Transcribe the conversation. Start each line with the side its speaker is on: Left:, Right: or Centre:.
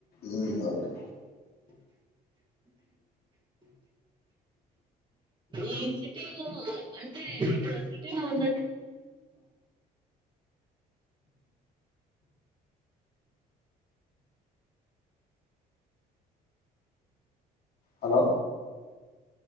Left: ఉ ఓకే
Right: ఈ సిటీను అంటే ఇప్పుడు సిటీలో ఉన్నట్టు
Left: హలో